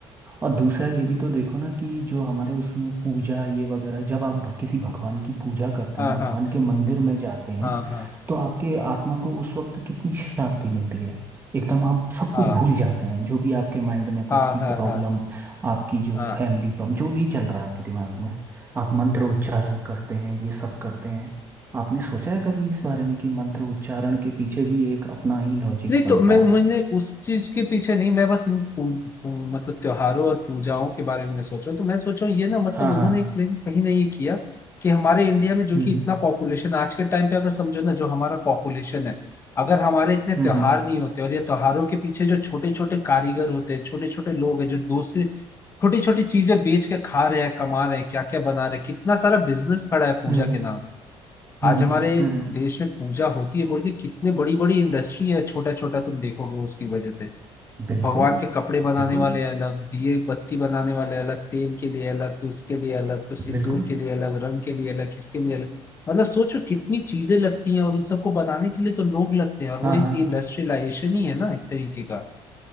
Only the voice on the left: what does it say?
हाँ
हाँ
हाँ हाँ
हाँ
हाँ
हाँ
हाँ
हाँ
हाँ
नहीं
तो मैं
मैंने उस चीज के पीछे नहीं मैं बस इन पू, पू, मतलब त्योहारों और पूजाओं के बारे में मैं सोच रहा हूँ तो मैं सोच रहा हूँ ये ना मतलब
उन्होंने
एक लेकिन कहीं नहीं ये किया कि हमारे इंडिया में जो
कि इतना पॉपुलेशन आज के टाइम पे अगर समझो ना जो हमारा पॉपुलेशन है अगर हमारे इतने त्योहार
नहीं होते और ये त्योहारों के पीछे जो छोटे छोटे कारीगर होते हैं छोटे छोटे लोग हैं जो दूसरे छोटी छोटी चीजें बेच के खा रहे हैं कमा रहे हैं क्या क्या बना रहे हैं कितना सारा बिजनेस खड़ा है पूजा
के नाम आज
हमारे
देश में पूजा होती है बोल के कितने बड़ी बड़ी इंडस्ट्री है छोटा छोटा तुम देखोगे उसकी वजह से
भगवान के कपड़े बनाने
वाले अलग दिए बत्ती बनाने वाले अलग तेल के लिए अलग तो इसके लिए अलग तो सिंदूर
के लिए अलग रंग के लिए अलग किसके लिए अलग मतलब सोचो कितनी चीजें लगती हैं और उन सबको बनाने के लिए तो लोग लगते हैं और
वो एक
इंडस्ट्रियलाइजेशन ही है ना एक तरीके का